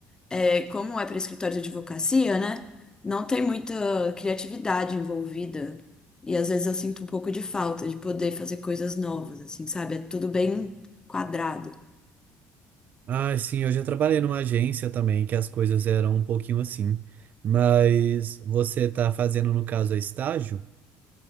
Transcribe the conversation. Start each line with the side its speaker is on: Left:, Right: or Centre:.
Left: é, como é para escritório de advocacia, né? Não tem muita criatividade envolvida. E às vezes eu sinto um pouco de falta de poder fazer coisas novas, assim, sabe? É tudo bem quadrado.
Right: Ah, sim, eu já trabalhei numa agência também, que as coisas eram um pouquinho assim. Mas você tá fazendo, no caso, é estágio?